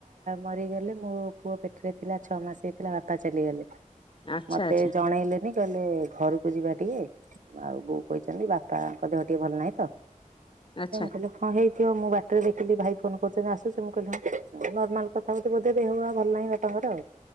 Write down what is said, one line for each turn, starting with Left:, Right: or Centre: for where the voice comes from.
Right: ମରିଗଲେ ମୋ ପୁଅ ପେଟରେ ଥିଲା ଛଅ ମାସ ହେଇଥିଲା ବାପା ଚାଲିଗଲେ।
Left: ଆଚ୍ଛା
Right: ମତେ
Left: ଆଚ୍ଛା
Right: ଜଣେଇଲେନି କହେ ଘରକୁ ଯିବା ଟିକେ ଆଉ ବୋଉ କହିଛନ୍ତି ବାପାଙ୍କ ଦେହ ଟିକେ ଭଲ ନାହିଁ ତ
Left: ଆଚ୍ଛା
Right: କହିଲ ହଁ ହେଇଥିବ ମୁଁ ବାଟରେ ଦେଖିଲି ଭାଇ ଫୋନ୍ କରୁଚନ୍ତି ଆସୁଛୁ ମୁଁ କହିଲି ହଁ ନର୍ମାଲ କଥା ହଉଚି ବୋଧେ ଦେହ ପା ଭଲ ନାହିଁ ବାପାଙ୍କର ଆଉ,